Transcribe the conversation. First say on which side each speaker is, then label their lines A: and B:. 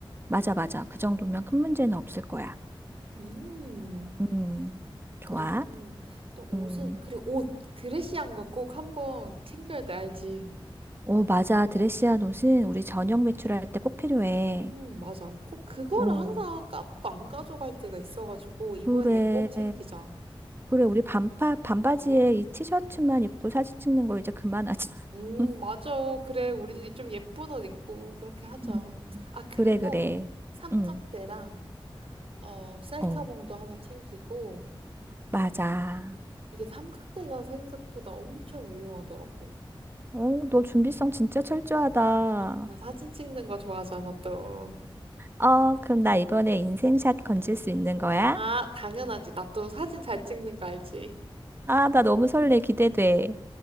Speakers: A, on the right; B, on the right.
A: 맞아, 맞아. 그 정도면 큰 문제는 없을 거야.
B: 음,
A: 음, 좋아.
B: 그리고 또 옷은
A: 음,
B: 그리고 옷 드레시한 거 꼭 한번 챙겨야 돼 알지?
A: 오, 맞아. 드레시한 옷은 우리 저녁 외출할 때 꼭 필요해.
B: 음 맞아. 꼭 그거를
A: 어,
B: 항상 까먹고 안 가져갈 때가 있어가지고 이번에는
A: 그래.
B: 꼭 챙기자.
A: 그래, 우리 반파, 반바지에 이 티셔츠만 입고 사진 찍는 거 이제 그만하자.
B: 음,
A: <laughs>
B: 맞아. 그래, 우리도 좀 예쁜 옷 입고 그렇게 하자.
A: 음.
B: 아, 그리고
A: 그래, 그래.
B: 삼각대랑
A: 응.
B: 어, 셀카봉도
A: 어.
B: 하나 챙기고
A: 맞아.
B: 이게 삼각대가 생각보다 엄청 유용하더라고.
A: 오, 너 준비성 진짜 철저하다.
B: 아, 나 사진 찍는 거 좋아하잖아, 또.
A: 어, 그럼 나 이번에 인생샷 건질 수 있는 거야?
B: 아, 당연하지. 나 또 사진 잘 찍는 거 알지?
A: 아, 나 너무 설레. 기대돼.